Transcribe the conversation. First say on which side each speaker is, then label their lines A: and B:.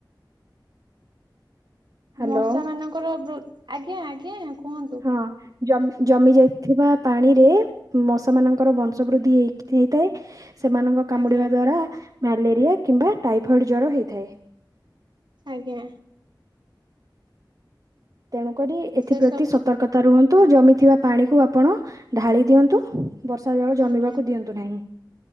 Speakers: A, on the right; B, on the right.
A: ହ୍ୟାଲୋ
B: ମଶା ମାନଙ୍କର ବୄ ଆଜ୍ଞା ଆଜ୍ଞା କୁହନ୍ତୁ।
A: ହଁ ଜମି ଜମି ଯାଇଥିବା ପାଣିରେ ମଶା ମାନ ତାଙ୍କର ବଂଶ ବୃଦ୍ଧି ହେଇ ହେଇଥାଏ ସେମାନଙ୍କ କାମୁଡିବା
B: ଆଜ୍ଞା
A: ଦ୍ଵାରା ମ୍ୟାଲେରିଆ କିମ୍ବା ଟାଇଫଏଡ଼୍ ଜର ହେଇଥାଏ।
B: ଆଜ୍ଞା।
A: ତେଣୁକରି ଏଥିପ୍ରତି
B: ସେ ସବୁ
A: ସତର୍କତା ରୁହନ୍ତୁ ଜମିଥିବା ପାଣିକୁ ଆପଣ ଢାଳି ଦିଅନ୍ତୁ। ବର୍ଷା ଜଳ ଜମିବାକୁ
B: ଆଜ୍ଞା
A: ଦିଅନ୍ତୁ ନାହିଁ।